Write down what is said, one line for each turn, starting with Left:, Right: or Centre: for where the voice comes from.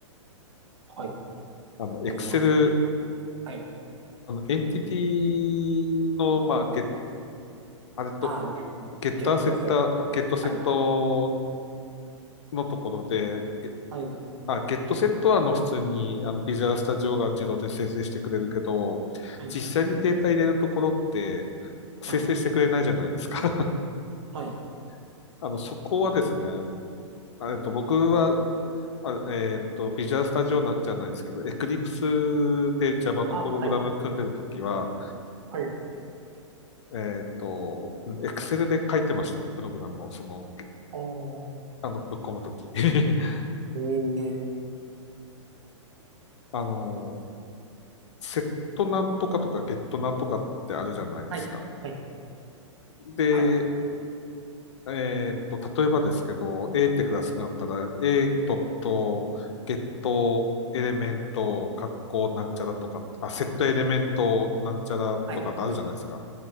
Right: はい。
Left: あの、
Right: と言います。
Left: Excel、
Right: はい。
Left: あの、エンティティの、まあ、ゲ、あれと、
Right: ああ、ゲ、
Left: ゲッターセッター、
Right: ゲットセット。
Left: ゲットセット
Right: はい。
Left: のところで、
Right: はい。
Left: あ、ゲットセットはあの普通にあのビジュアルスタジオが自動で生成してくれるけど、
Right: はい。
Left: 実際にデータ入れるところって生成してくれないじゃないですか。
Right: はい。はい
Left: <laughs> あの、そこはですね、あえっと、僕は、あえっと、ビジュアルスタジオなじゃないんですけど、Eclipse で Java のプログラム組んでるときは、
Right: あ、はい、はい。
Left: えっと、Excel で書いてましたね、プログラムを、その、
Right: おー、
Left: あの、ぶっ込むとき。<laughs>
Right: ええ
Left: あの、セットなんとかとかゲットなんとかってあるじゃないですか。
Right: はい、はい、
Left: で、
Right: はい、
Left: えーっと、例えばですけど、A ってクラスがあったら、A.get エレメント、格好なんちゃらとか、あ、セットエレメントなんちゃらとかってあるじゃないですか。
Right: はい、